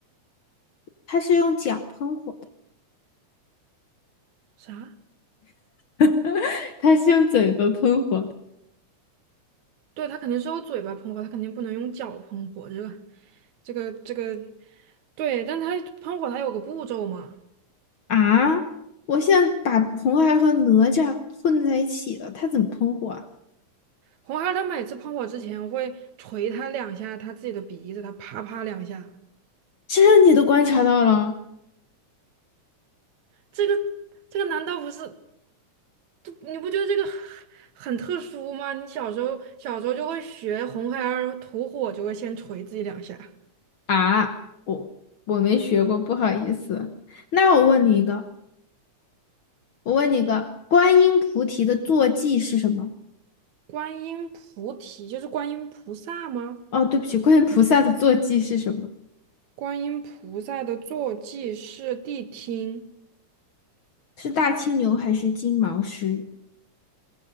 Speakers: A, on the left; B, on the right.
A: 他是用脚喷火的，
B: 啥？
A: <laughs> 它是用嘴巴喷火的。
B: 对，他肯定是用嘴巴喷火，他肯定不能用脚喷火。这个，这个，这个，对，但他喷火他有个步骤嘛。
A: 啊，我现在把红孩儿和哪吒混在一起了，他怎么喷火啊？
B: 红孩儿他每次喷火之前会捶他两下他自己的鼻子，他啪啪两下，
A: 这你都观察到了
B: 这个这个难道不是？都你不觉得这个很很特殊吗？你小时候小时候就会学红孩儿吐火，就会先捶自己两下。
A: 啊？我我没学过，不好意思。那我问你一个，我问你一个，观音菩提的坐骑是什么？
B: 观音菩提就是观音菩萨吗？
A: 哦，对不起，观音菩萨的坐骑是什么？
B: 观音菩萨的坐骑是谛听，
A: 是大青牛还是金毛狮？